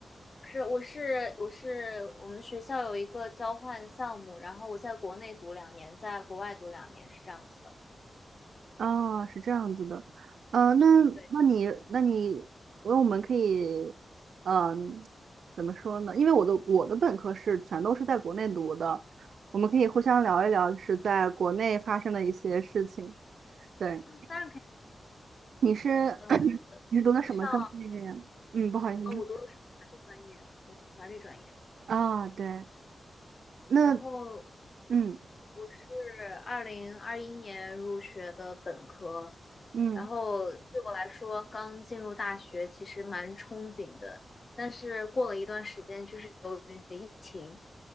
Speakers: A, on the left (about 35°); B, on the right (about 90°).
A: 是，我是我是我们学校有一个交换项目，然后我在国内读两年，在国外读两年，是这样子的。
B: 啊，是这样子的，呃，那那你那你那我们可以，
A: 对，
B: 嗯、怎么说呢？因为我的我的本科是全都是在国内读的，我们可以互相聊一聊，就是在国内发生的一些事情。对。
A: 当然可以。
B: 你是
A: 呃，
B: <clears throat>
A: 我是上，
B: 你是读的什么专业呀？嗯，不好意思，你说
A: 啊，我读的是法律专业，对，法律专业。
B: 啊，对，那
A: 然后
B: 嗯
A: 我是二零二一年入学的本科，
B: 嗯，
A: 然后对我来说，刚进入大学其实蛮憧憬的，但是过了一段时间，就是由于疫情，